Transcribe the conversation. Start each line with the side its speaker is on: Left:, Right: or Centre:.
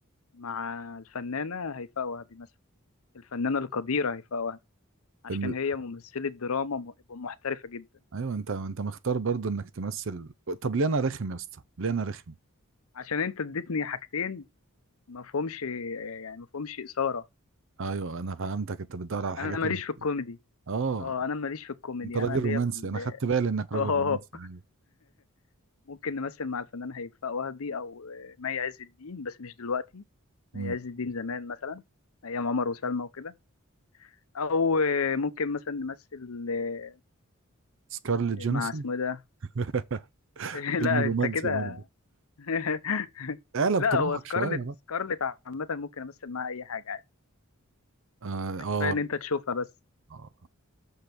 Left: مع الفنانه هيفاء وهبي مثلا الفنانه القديره هيفاء وهبي عشان
Right: فيلم
Left: هي ممثله دراما م- محترفه جدا
Right: ايوه انت انت مختار برضو انك تمثل طب ليه انا رخم يا اسطى ليه انا رخم
Left: عشان انت اديتني حاجتين ما فهمش يعني ما فهمش اثاره
Right: ايوه انا فهمتك انت بتدور على حاجه
Left: انا
Right: تانية
Left: ماليش في الكوميدي
Right: اه
Left: اه انا ماليش في الكوميدي
Right: انت راجل
Left: انا ليا
Right: رومانسي
Left: في ال...
Right: انا خدت بالي
Left: <laughs>
Right: انك راجل
Left: اه
Right: رومانسي ايوه
Left: ممكن نمثل مع الفنان هيفاء وهبي او آه، مي عز الدين بس مش دلوقتي مي
Right: امم
Left: عز الدين زمان مثلا ايام عمر وسلمى وكده او آه، ممكن مثلا نمثل آه،
Right: سكارليت جونسون
Left: مع اسمه إيه ده
Right: <laughs>
Left: <laughs>
Right: فيلم
Left: لا
Right: رومانسي
Left: انت كده
Right: برضه
Left: <laughs>
Right: اعلى
Left: لا
Right: بطموحك
Left: هو سكارلت
Right: شويه بقى
Left: سكارلت عامة ممكن امثل معاها اي حاجة عادي
Right: اه
Left: ده كفاية
Right: اه
Left: ان انت تشوفها بس
Right: آه.